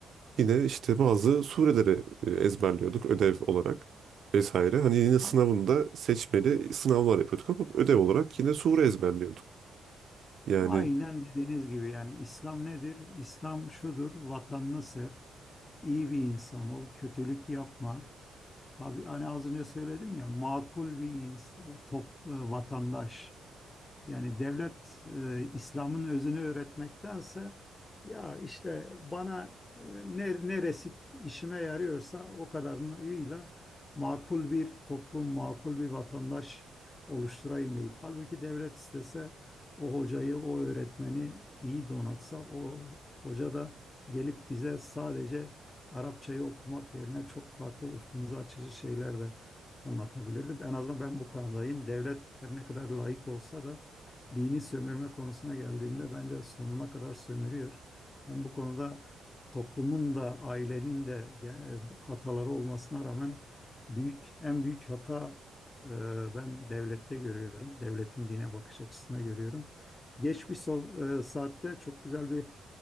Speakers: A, on the right; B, on the left.
A: yine işte bazı sureleri e, ezberliyorduk ödev olarak vesaire. Hani yine sınavında
B: a-
A: seçmeli sınavlar yapıyorduk ama ödev olarak yine sure ezberliyorduk. Yani
B: aynen dediğiniz gibi yani İslam nedir? İslam şudur, vatanını sev, iyi bir insan ol, kötülük yapma. Tabii hani az önce söyledim ya makul bir ins- top, e, vatandaş. Yani devlet e, İslam'ın özünü öğretmektense ya işte bana e, ne- neresi işime yarıyorsa o kadarıyla makul bir toplum, makul bir vatandaş oluşturayım deyip halbuki devlet istese o hocayı, o öğretmeni iyi donatsa o hoca da gelip bize sadece Arapçayı okumak yerine çok farklı ufkumuzu açıcı şeyler de anlatabilirdi. En azından ben bu kanadayım. Devlet her ne kadar laik olsa da dini sömürme konusuna geldiğinde bence sonuna kadar sömürüyor. Ben bu konuda toplumun da ailenin de e, hataları olmasına rağmen büyük en büyük hata e, ben devlette görüyorum. Devletin dine bakış açısına görüyorum. Geç bir so- e, saatte çok güzel bir